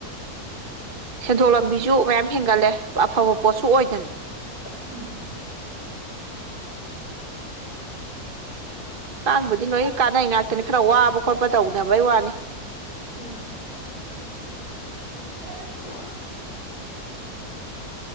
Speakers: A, on the right (about 40°); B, on the left (about 80°).
A: ꯁꯦꯟꯊꯣꯛ ꯂꯝꯕꯤꯁꯨ ꯃꯌꯥꯝ ꯍꯦꯟꯒꯠꯂꯦ ꯑꯐꯕ ꯄꯣꯠꯁꯨ ꯑꯣꯏꯗꯅ
B: ꯎꯝ
A: ꯀꯕꯨꯗꯤ ꯂꯣꯏ ꯀꯥꯟꯅꯩ ꯉꯥꯛꯇꯅꯤ ꯈꯔ ꯋꯥꯕ ꯈꯣꯠꯄ ꯇꯧꯅꯕꯩ ꯋꯥꯅꯤ
B: ꯎꯝ ꯑ